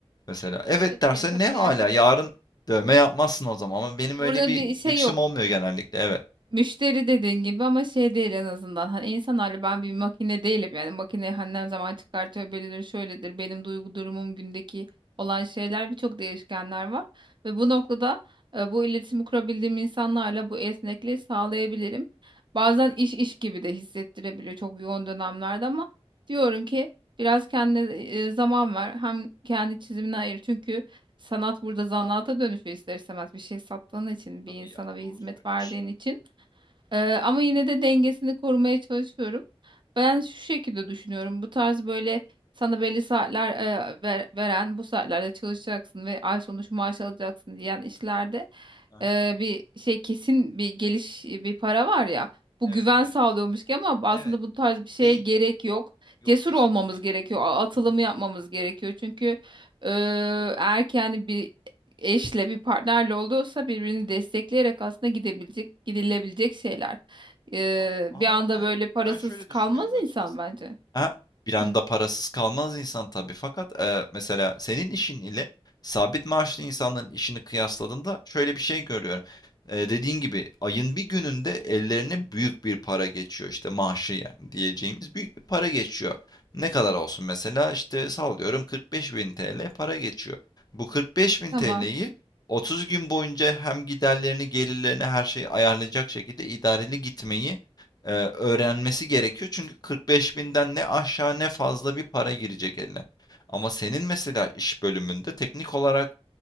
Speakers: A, on the left; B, on the right.
A: Mesela evet
B: Evet.
A: derse
B: Ya, tabii
A: ne hala
B: gerçekten.
A: yarın dövme yapmazsın o zaman ama benim öyle
B: Burada
A: bir
B: bir şey
A: lüksüm
B: yok.
A: olmuyor genellikle evet.
B: Müşteri dediğin gibi ama şey değil en azından. Hani insanlarla ben bir makine değilim yani. Makine hani ne zaman çıkartıyor belirir, şöyledir. Benim duygu durumum gündeki olan şeyler birçok değişkenler var. Ve bu noktada e, bu iletişimi kurabildiğim insanlarla bu esnekliği sağlayabilirim. Bazen iş iş gibi de hissettirebiliyor çok yoğun dönemlerde ama diyorum ki biraz kendine e, zaman ver. Hem kendi çizimine ayır çünkü sanat burada zanaata dönüşüyor ister istemez bir şey sattığın
A: Tabii,
B: için
A: tabii
B: bir insana
A: ya
B: bir
A: doğru
B: hizmet
A: söylüyorsun.
B: verdiğin için. Ee, ama yine de dengesini korumaya çalışıyorum. Ben şu şekilde düşünüyorum. Bu tarz böyle sana belli saatler e, ver- veren, bu saatlerde çalışacaksın ve ay sonu şu maaş alacaksın diyen işlerde
A: Aha,
B: e, bir şey kesin bir geliş bir para var ya. Bu
A: evet
B: güven
A: evet
B: sağlıyormuş ki ama
A: evet
B: aslında bu tarz bir şeye
A: değil
B: gerek yok.
A: yok
B: Cesur
A: kesinlikle
B: olmamız
A: değil.
B: gerekiyor. a- Atılımı
A: Hı hı.
B: yapmamız gerekiyor. Çünkü e, eğer ki yani bir eşle bir partnerle olduysa birbirini destekleyerek aslında gidebilecek, gidilebilecek şeyler. Ee,
A: Ama ama
B: bir anda
A: ben
B: böyle parasız
A: ben şöyle
B: kalmaz
A: düşünüyorum açıkçası.
B: insan bence.
A: Ha, bir anda
B: Hı,
A: parasız kalmaz insan tabii. Fakat e, mesela senin işin ile sabit maaşlı insanların işini kıyasladığında şöyle bir şey görüyorum. E, dediğin gibi ayın bir gününde ellerine büyük bir para geçiyor. işte maaşı yani diyeceğimiz büyük bir para geçiyor. Ne kadar olsun mesela işte sallıyorum 45 bin TL para geçiyor. Bu 45 bin
B: tamam.
A: TL'yi 30 gün boyunca hem giderlerini gelirlerini her şeyi ayarlayacak şekilde idareli gitmeyi e, öğrenmesi gerekiyor. Çünkü 45 binden ne aşağı ne fazla bir para girecek eline. Ama senin mesela iş bölümünde teknik olarak